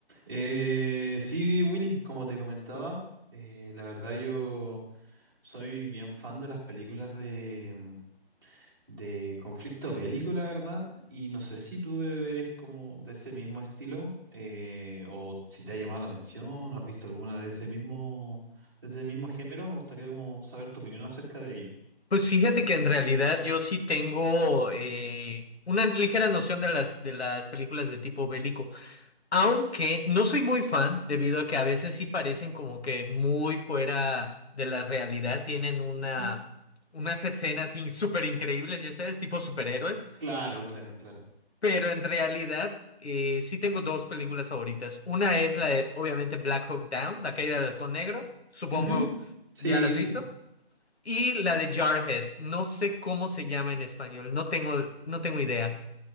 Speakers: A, on the right (about 20°); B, on the left (about 80°).
A: Eh, sí, Willy, como te comentaba, eh, la verdad yo soy bien fan de las películas de, mm, de conflicto bélico, la verdad, y no sé si tú eres como de ese mismo estilo, eh, o si te ha llamado la atención, o has visto alguna de ese mismo, de ese mismo género, me gustaría como saber tu opinión acerca de ello.
B: Pues fíjate que en realidad yo sí tengo eh, una ligera noción de las, de las películas de tipo bélico, aunque no soy muy fan debido a que a veces sí parecen como que muy fuera de la realidad, tienen una,
A: Ujú.
B: unas escenas in- súper increíbles, ya sabes, tipo superhéroes,
A: Claro, claro, claro.
B: pero en realidad eh, sí tengo dos películas favoritas. Una es la de, obviamente, Black Hawk Down, La caída del halcón negro, supongo
A: Ujú, Sí,
B: ya la has visto
A: sí.
B: y la de Jarhead. No sé cómo se llama en español, no tengo, no tengo idea.